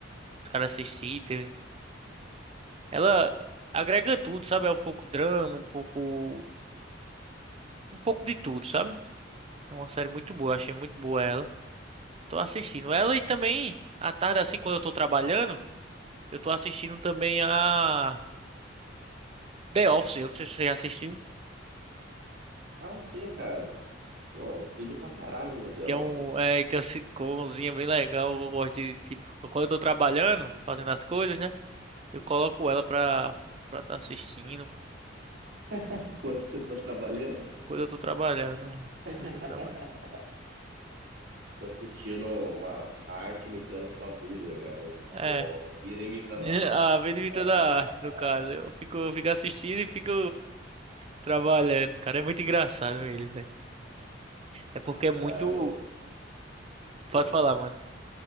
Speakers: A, on the right; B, on the right.
A: Os caras assistirem. Ela agrega tudo, sabe? É um pouco drama, um pouco. Um pouco de tudo, sabe? É uma série muito boa, achei muito boa ela. Tô assistindo ela e também, à tarde, assim, quando eu tô trabalhando, eu tô assistindo também a The Office. Eu não sei se você já assistiu.
B: Ah, sim, cara. Pô, pilho pra caralho no The
A: Que
B: Office.
A: é um. É, que é uma sitcomzinha bem legal. Eu gosto de, tipo, quando eu tô trabalhando, fazendo as coisas, né? Eu coloco ela pra, pra tá assistindo.
B: <laughs> Enquanto você tá trabalhando,
A: Quando eu tô trabalhando, né?
B: <laughs>
A: Quando eu trabalho.
B: você tá assistindo uma arte imitando sua vida, cara.
A: É,
B: Tipo, a vida imitando
A: <laughs> É,
B: a arte.
A: A Benedita
B: <laughs>
A: da Arte, no caso. Eu fico, eu fico assistindo e fico trabalhando. Cara, é muito engraçado eles, velho. É porque é muito.
B: Ah, eu. Sim.
A: Pode falar, mano.